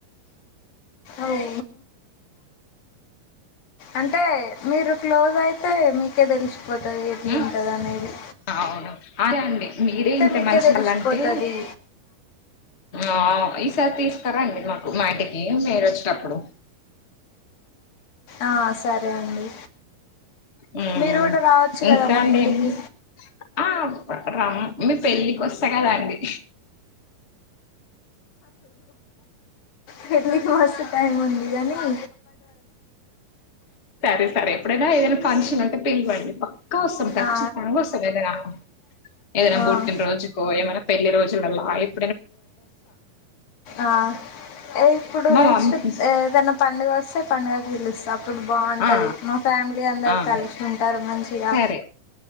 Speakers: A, on the left; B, on the left.
A: అవ్ అంటే మీరు క్లోజ్ అయితే మీకే తెలుస్తుంది పోతది ఎట్లు
B: ఉమ్
A: ఉంటద అనేసి
B: అవును అదె అండి మీరే ఇంత
A: మీకే
B: మంచోళ్ళు
A: తెలిసిపోతది
B: అంటే ఆ ఇసారి తీస్ స్తారా అండి మాకు మా ఇంటికి మీరు వచ్చేనప్పుడు
A: ఆ సరే అండి
B: ఉమ్
A: మీరు కూడా రావచ్చు
B: ఇంకా
A: కదా మా
B: అండి
A: ఇంటికి
B: ఎమిటి సం ఆ ఆప్ప రమ్ మీ పెళ్ళికి వస్తా కదాండి
A: పెళ్లి కి మస్త్ టైమ్ ఉంది గానీ <inaudible>
B: సరే సరే ఎప్పుడైనా ఏదైనా ఫంక్షన్ ఉంటే పిలవండి ప క్క వస్తాం కచ్చితంగా
A: ఆ
B: వస్తాం ఏదైనా ఏదైనా
A: ఆ
B: పుట్టిన రోజుకో ఏమైనా పెళ్లి రోజు యతే
A: ఆ ఇప్పుడు
B: మా
A: నెక్సట్
B: మమ్మీ
A: ఏదైన పండుగ వస్తే పండగ కి పిలుస్తాం ఇప్పుడు బావుంటది
B: ఆ
A: మా ఫ్యామిలీ అందరు
B: ఆ
A: కలిసి ఉంటారు మంచిగా
B: సరే